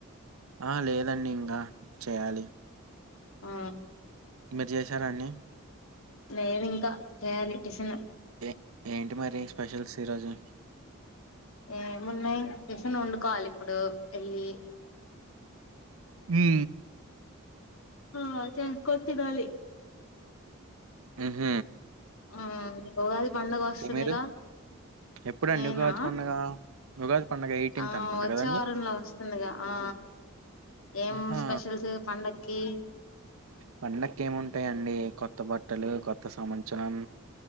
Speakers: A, on the right (about 80°); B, on the left (about 75°).
A: ఆ లేదండి ఇంగా చేయాలి
B: హ్
A: మీరు చేసార అండి
B: లేదు ఇంకా చేయాలి టిఫీన్
A: ఏ ఏంటి మరి స్పెషల్స్ ఈ రోజు
B: ఏమున్నాయ్ టిఫిన్ వండుకోవాలి ఇప్పుడు ఏళ్ళి
A: హ్
B: <unintelligible> కొనీ తినాలి
A: హ్ హు
B: ఆ ఉగాది పండగ వస్తుందిగా
A: మీరు ఎప్పుడండి
B: నేనా
A: ఉగాది పండగ ఉగాది పండగ ఎయిటీన్త్
B: ఆ
A: అనుకుంటా
B: వచ్చే
A: కదండి
B: వారంలో వస్తుందిగా ఆ ఏం
A: ఆహా
B: స్పెషల్స్ పండగ కీ
A: పండక్కేముంటాయండి కొత్త బట్టలు కొత్త సంవత్సరం